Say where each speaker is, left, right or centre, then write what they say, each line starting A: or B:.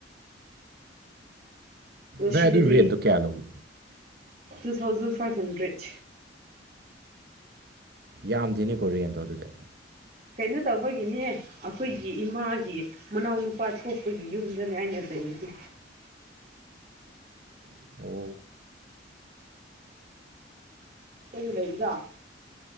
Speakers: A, on the right; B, on the right.
A: ꯑꯣ
B: ꯅꯣꯏ
A: ꯁꯤꯗꯗꯤ
B: ꯑꯗꯨ ꯔꯦꯟꯇꯣ ꯀꯌꯥ ꯂꯧꯒꯦ
A: ꯇꯨ ꯊꯥꯎꯖꯟ ꯐꯥꯏꯚ ꯍꯟꯗ꯭ꯔꯦꯠ
B: ꯌꯥꯝꯗꯦꯅꯦꯀꯣ ꯔꯦꯟꯗꯣ ꯑꯗꯨꯗꯤ
A: ꯀꯩꯅꯣ ꯇꯧꯕꯒꯤꯅꯤꯍꯦ ꯑꯈꯣꯏꯒꯤ ꯏꯃꯥꯒꯤ ꯃꯅꯥꯎꯅꯨꯄꯥ ꯊꯣꯛꯄꯒꯤ ꯌꯨꯝꯗꯅꯦ ꯑꯩꯅ ꯂꯩꯔꯤꯖꯤ
B: ꯑꯣ
A: ꯀꯨꯏꯅ ꯂꯩꯕꯗꯣ